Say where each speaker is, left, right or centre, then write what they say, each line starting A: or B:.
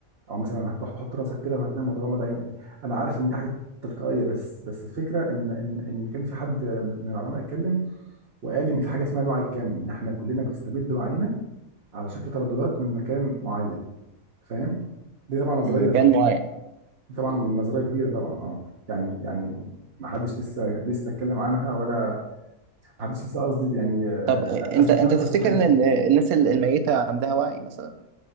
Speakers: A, on the right; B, on the right.
A: او مثلا هتروح تحط راسك كده وهتنام وتغمض عينك انا عارف ان دي حاجه تلقائيه بس بس الفكره ان ان ان كان في حد من العلماء اتكلم وقال ان في حاجه اسمها الوعي الكامل ان احنا كلنا بنستمد وعينا على شكل ترددات من مكان معين فاهم دي طبعا نظريه
B: من مكان معين
A: دي طبعا نظريه كبيره طبعا اه يعني يعني ما حدش لسه لسه اتكلم عنها ولا ما حدش لسه قصدي يعني آه،
B: طب انت
A: اثبت
B: انت
A: اثبت
B: تفتكر
A: حاجه
B: ان
A: فيها
B: ال- الناس الميته عندها وعي مثلا